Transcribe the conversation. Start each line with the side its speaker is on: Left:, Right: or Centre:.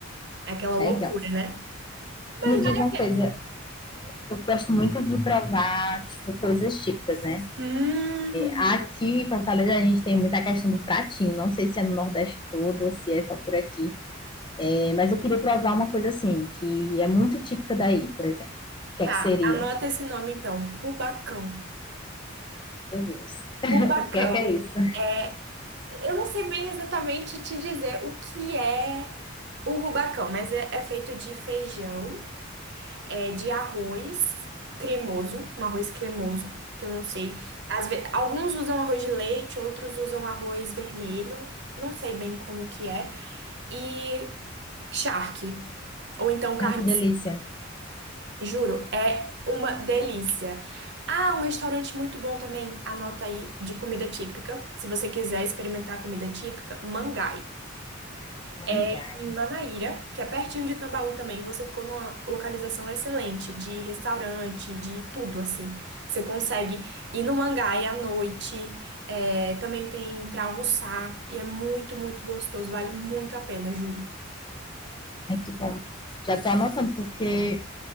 Right: É aquela loucura,
Left: Legal.
Right: né? Mas
Left: Me diz
Right: vale a
Left: uma
Right: pena.
Left: coisa, Eu gosto muito de provar, tipo, coisas típicas, né?
Right: Hum,
Left: Aqui em Fortaleza a gente tem muita questão do pratinho. Não sei se é no Nordeste todo ou se é só por aqui. É, mas eu queria provar uma coisa assim, que é muito típica daí, por exemplo. O que
Right: tá,
Left: é que seria?
Right: anota esse nome então, Rubacão.
Left: Meu Deus. <laughs>
Right: Rubacão.
Left: o que é que é isso?
Right: é, Eu não sei bem exatamente te dizer o que é o rubacão, mas é, é feito de feijão. é de arroz cremoso, um arroz cremoso, que eu não sei. Às ve- Alguns usam arroz de leite, outros usam arroz vermelho, não sei bem como que é. E charque, ou então carne,
Left: Ai, que
Right: seca.
Left: delícia.
Right: juro, é uma delícia. Ah, um restaurante muito bom também, anota aí, de comida típica. Se você quiser experimentar comida típica, Mangai.
Left: Mangás.
Right: É em Manaíra, que é pertinho de Tambaú também. Você ficou numa localização excelente de restaurante, de tudo assim. Você consegue ir no Mangai à noite, é, também tem pra almoçar e é muito, muito gostoso. Vale muito a pena, juro.
Left: Ai, que bom. Já tô anotando, porque